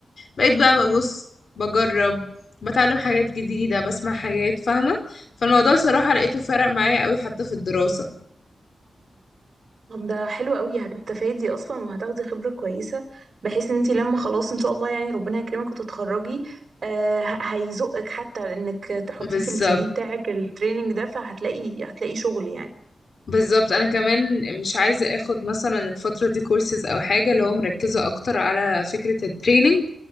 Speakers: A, on the left (about 65°); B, on the right (about 55°).
A: بقيت بقى ببص
B: امم
A: بجرب بتعلم حاجات جديدة بسمع حاجات فاهمة فالموضوع صراحة لقيته فرق معايا قوي حتى في الدراسة
B: طب ده حلو قوي هتستفادي أصلا وهتاخدي خبرة كويسة بحيث ان انتي لما خلاص إن شاء الله يعني ربنا يكرمك وتتخرجي آه ه- هيزقك حتى انك تحطيه
A: بالظبط
B: في السي في بتاعك التريننج ده فهتلاقي هتلاقي شغل يعني
A: بالظبط انا كمان مش عايزة اخد مثلا الفترة دي كورسز او حاجة اللي هو مركزة اكتر على فكرة التريننج